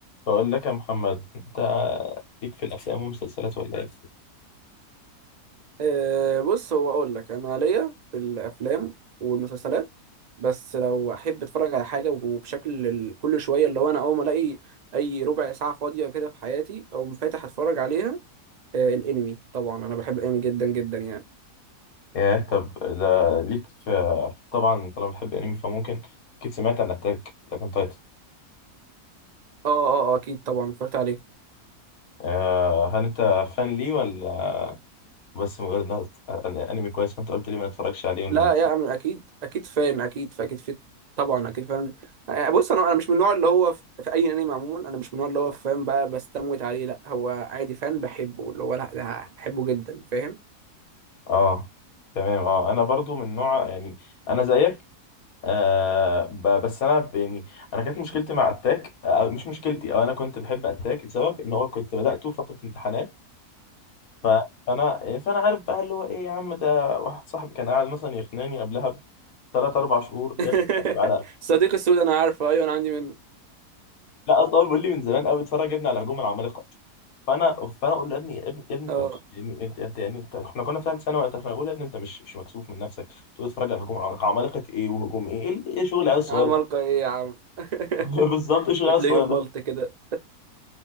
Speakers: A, on the left (about 65°); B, on the right (about 70°).
A: بقول لك يا محمد انت ليك في الافلام والمسلسلات ولا ايه
B: أه بص هو اقول لك انا ليا في الافلام والمسلسلات بس لو احب اتفرج على حاجه وبشكل ال- كل شويه اللي هو انا اول ما الاقي اي ربع ساعه فاضيه كده في حياتي اقوم فاتح اتفرج عليها أه الانمي طبعا انا بحب الانمي جدا جدا يعني
A: يا طب ده ليك في طبعا طالما بتحب انمي فممكن اكيد سمعت عن اتاك لكن تايتن
B: اه اه آه، اكيد طبعا اتفرجت عليه
A: آه هل انت فان ليه ولا بس مجرد ناس- انمي كويس فانت قلت لي ما اتفرجش عليه ون-
B: لا يا أمل اكيد اكيد فان اكيد فاكيد في طبعا اكيد فان آه، بص انا انا مش من النوع اللي هو في, في اي انمي عموما انا مش من النوع اللي هو فان بقى بستموت عليه لا هو عادي فان بحبه اللي هو لا ده بحبه جدا فاهم
A: اه تمام اه انا برضو من نوع يعني انا زيك آه ب- بس انا ب- يعني انا كانت مشكلتي مع اتاك آه مش مشكلتي او انا كنت بحب اتاك لسبب ان هو كنت بدأته في فترة امتحانات ف- فانا إيه، فانا عارف بقى اللي هو ايه يا عم ده واحد صاحبي كان قاعد مثلا يقنعني قبلها بثلاث اربع شهور
B: <laughs>
A: يا ابني اتفرج على
B: صديق السود انا عارفه ايوه انا عندي منه
A: لا اصلا هو بيقول لي من زمان قوي اتفرج يا ابني على هجوم العمالقه فانا فانا اقول له يا ابني يا ابني يا ابني انت
B: اه
A: مش يعني، انت انت يعني انت احنا كنا في ثالث ثانوي وقتها فانا بقول له يا ابني انت مش مش مكسوف من نفسك تقول اتفرج على هجوم العمالقه عمالقه ايه وهجوم ايه ايه إيه شغل العيال الصغيره
B: عمالقة
A: ده؟
B: ايه يا عم <laughs>
A: <laughs> بالظبط ايه شغل
B: وتلاقيهم
A: العيال الصغيره
B: ملط كده